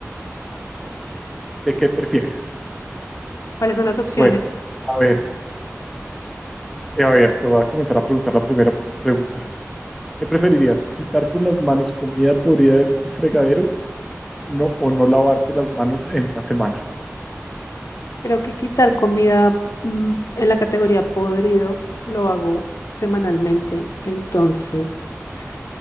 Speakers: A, in the centre; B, on the left.
A: de qué prefieres.
B: ¿Cuáles son las opciones?
A: Bueno, a ver, eh, a ver, te voy a comenzar a preguntar la primera pregunta. ¿Qué preferirías? ¿Quitar con las manos comida podrida del fregadero? No, o no lavarte las manos en una semana.
B: Creo que quitar comida mm, en la categoría podrido lo hago semanalmente, entonces <laughs>